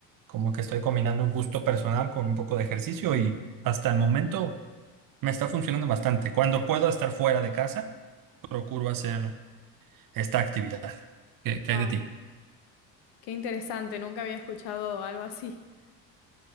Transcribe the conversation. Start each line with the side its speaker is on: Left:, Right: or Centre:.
Right: como que estoy combinando un gusto personal con un poco de ejercicio y hasta el momento me está funcionando bastante. Cuando puedo estar fuera de casa, procuro hacer esta actividad. ¿Qué, qué
Left: Wow.
Right: hay de ti?
Left: Qué interesante, nunca había escuchado algo así. <laughs>